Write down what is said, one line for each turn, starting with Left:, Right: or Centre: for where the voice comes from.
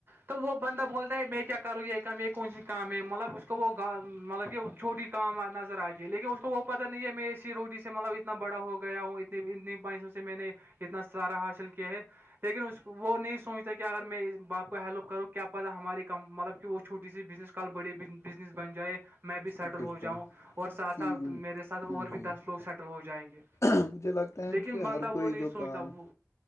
Right: تو وہ بندہ بولتا ہے میں کیا کروں یہ کام یہ کون سی کام ہے مطلب اس کو وہا مطلب کہ چھوٹی کام نظر آتی ہے لیکن اس کو وہ پتا نہیں ہے میں اسی روٹی سے مطلب اتنا بڑا ہو گیا ہوں اتنی اتنیسوں سے میں نے اتنا ستہارا حاصل کیا ہے لیکن وہ نہیں سوچتا کہ اگر میں باپ کو ہیلوپ کرو کیا پتا ہماری کم مطلب کہ وہ چھوٹی سی بزنس کل بڑے بزنس بن جائے میں بھی
Left: جی
Right: سیٹل
Left: بالکل
Right: ہو جاؤں اور ساتھ
Left: جی
Right: ساتھ میرے ساتھ اور
Left: جی
Right: بھی دس لوگ سیٹل ہو جائیں گے
Left: مجھے لگتا ہے
Right: لیکن
Left: کہ
Right: بندہ
Left: ہر کوئی
Right: وہ نہیں
Left: جو
Right: سوچتا
Left: کام
Right: وہ